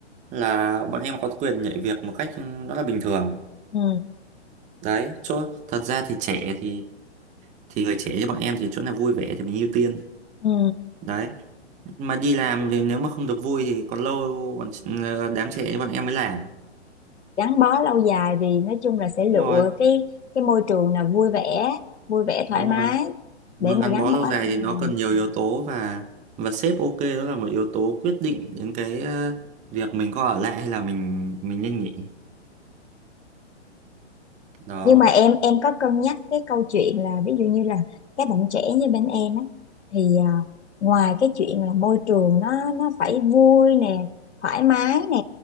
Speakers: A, on the right; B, on the left.
A: là bọn em có quyền nhảy việc một cách rất là bình thường
B: ừ
A: đấy chỗ thật ra thì trẻ thì thì người trẻ như bọn em thì chỗ nào vui vẻ thì mình ưu tiên
B: ừ
A: đấy mà đi làm thì nếu mà không được vui thì còn lâu bọn ờ, đám trẻ như bọn em mới làm
B: gắn bó lâu dài thì nói chung là sẽ lựa
A: Đúng rồi,
B: cái cái môi trường là vui vẻ vui vẻ thoải
A: đúng
B: mái
A: rồi.
B: để
A: Muốn
B: mà
A: gắn
B: gắn
A: bó
B: bó
A: lâu dài
B: lâu
A: thì
B: dài
A: nó cần nhiều
B: Ừ.
A: yếu tố và và sếp ok đó là một yếu tố quyết định đến cái ờ, việc mình có ở lại hay là mình mình nên nghỉ. Đó.
B: nhưng mà em em có cân nhắc cái câu chuyện là ví dụ như là các bạn trẻ như bên em á thì à, ngoài cái chuyện là môi trường nó nó phải vui nè thoải mái nè